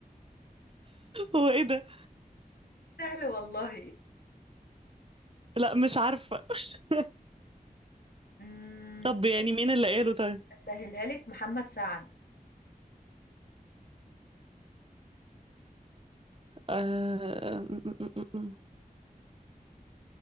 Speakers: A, on the right (about 35°); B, on the left (about 85°).
A: هو ايه ده
B: سهل والله.
A: لا مش عارفة <laughs>
B: إمم،
A: طب يعني
B: طَب
A: مين اللي قاله طيب
B: أسهّلها لِك محمد سعد،
A: آه... م- م- م- م.